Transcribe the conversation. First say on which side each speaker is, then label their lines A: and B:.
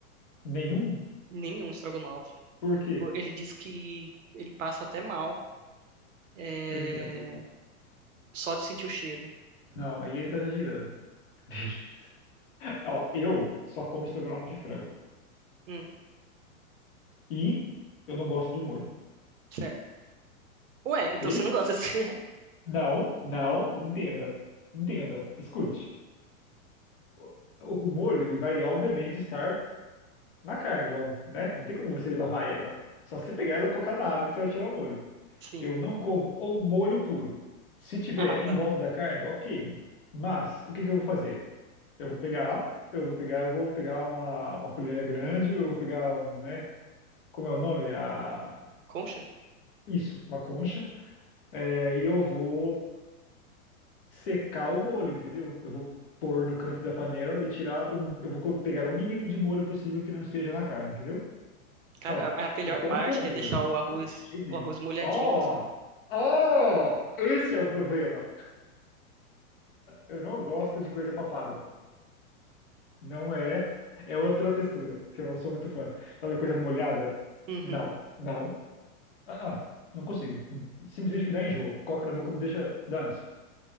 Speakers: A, on the left (about 40°); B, on the right (about 60°).
A: nenhum?
B: nenhum estrogonofe.
A: Por quê?
B: Tipo, ele disse que ele passa até mal. eh,
A: Eu entendo ele.
B: Só de sentir o cheiro.
A: Não, aí ele tá exagerando. <laughs> Ó, eu só como estrogonofe de frango.
B: Hum,
A: E eu não gosto do molho,
B: certo. Ué,
A: ok?
B: então você não gosta assim? <laughs>
A: Não, não, entenda. Entenda, escute. O, o molho, ele vai, obviamente, estar na carne logo, né? Não tem como você lavar ela. Só você pegar ela e colocar na água que você vai tirar o molho.
B: Sim.
A: Eu não como o molho puro. Se tiver
B: Ah, tá.
A: em volta da carne, ok. Mas o que que eu vou fazer? Eu vou pegar, eu vou pegar, eu vou pegar uma, uma colher grande, eu vou pegar, um, né? Como é o nome? A...
B: Concha?
A: Isso, uma concha. É, e eu vou secar o molho, entendeu? Eu vou pôr no canto da panela e tirar o, eu vou co- pegar o mínimo de molho possível que não esteja na carne, entendeu?
B: Cara,
A: Então,
B: a a melhor
A: eu como
B: parte
A: com o
B: que
A: molho.
B: é deixar o arroz,
A: Não, de jeito nenhum.
B: o arroz molhadinho,
A: Ó!
B: assim.
A: Ó! Esse é o problema. Eu não gosto de coisa papada. Não é. É outra textura, que eu não sou muito fã. Sabe, coisa molhada?
B: Uhum.
A: Não, não. Ah, ah, não consigo. Simplesmente me dá enjoo. Coca na boca me deixa dar ânsia.